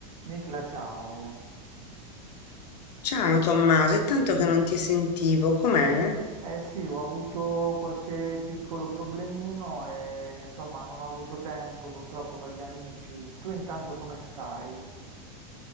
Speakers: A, on the right (about 80°); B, on the left (about 85°).
A: Nicla, ciao.
B: Ciao Tommaso, è tanto che non ti sentivo, com'è?
A: Eh sì, ho avuto qualche piccolo problemino e insomma non ho avuto tempo purtroppo per gli amici. Tu intanto come stai?